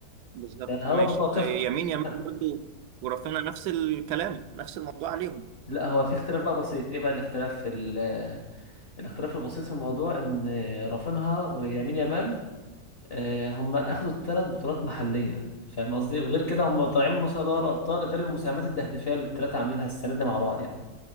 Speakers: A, on the right; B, on the left.
A: بالظبط
B: يعني هو
A: ماشي
B: متوقف
A: يمين يامال
B: <laughs>
A: برضه ورافينها نفس الكلام نفس الموضوع عليهم
B: لا هو في اختلاف بقى بسيط ايه بقى الاختلاف في ال- الاختلاف البسيط في الموضوع ان رافينها ويمين يامال آه، هم اخدوا الثلاث بطولات محليه فاهم قصدي وغير كده هم طالعين من نص نهائي دوري الابطال غير المساهمات التهديفيه اللي الثلاثه عاملينها السنه دي مع بعض يعني